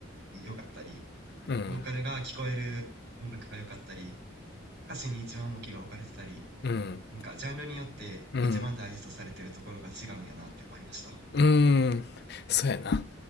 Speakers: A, on the right (about 60°); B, on the left (about 55°).
A: 良かったり、
B: うん、
A: ボーカルが聞こえる音楽が良かったり、歌詞に一番重きが置かれてたり、
B: うん、
A: なんかジャンルによって一番大事とされているところが違うんやなって思いました。
B: うん、うーん、そうやな。